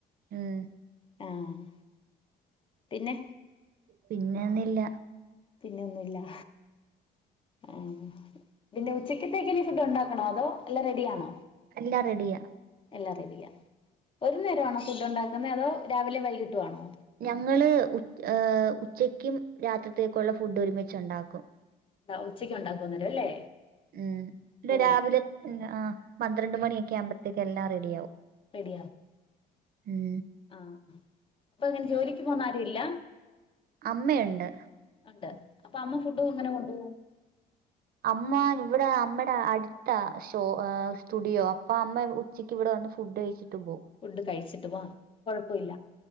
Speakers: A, on the right; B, on the left.
A: ഉം
B: ആഹ് പിന്നെ
A: പിന്നെ ഒന്നും ഇല്ല.
B: പിന്നെന്നൂല്ലാ ആഹ് പിന്നെ ഉച്ചക്കത്തേക്കിനീ ഫുഡ് ഉണ്ടാക്കണോ അതോ എല്ലാം റെഡി ആണോ?
A: എല്ലാ റെഡിയാ.
B: എല്ലാം റെഡിയാ. ഒരു നേരം ആണോ ഫുഡ് ഉണ്ടാക്കുന്നേ അതോ രാവിലേം വൈകിട്ടു ആണോ
A: ഞങ്ങള് ഏഹ് ഉച്ചക്ക്യും രാത്രിത്തേക്കൊള്ള ഫുഡ് ഒരുമിച്ച് ഉണ്ടാക്കും.
B: ഉച്ചക്ക് ഉണ്ടാക്കും അന്നേരം അല്ലേ
A: ഉം പിന്നെ
B: ഓ
A: രാവിലെ ഉം അഹ് പന്ത്രണ്ട് മണിയൊക്കെ ആവുമ്പഴ്ത്തേക്ക് എല്ലാം റെഡി ആവും.
B: റെഡിയാണ്
A: ഉം
B: ആഹ് പ്പഅങ്ങനെ ജോലിക്ക് പോക്ന്ന ആരും ഇല്ല
A: അമ്മയ്ണ്ട്.
B: ഉണ്ട്. അപ്പൊ അമ്മ ഫുഡ് എങ്ങനെ കൊണ്ട്പോവും
A: അമ്മ ഇവ്ടെ അമ്മടെ അട്ത്താ ഷോ എഹ് സ്റ്റുഡിയോ അപ്പ അമ്മ ഉ ച്ചയ്ക്ക് ഇവിടെ വന്ന് ഫുഡ് കഴിച്ചിട്ട് പോവും.
B: ഫുഡ് കഴിച്ചിട്ട്. <unintelligible> കൊഴപ്പവില്ല.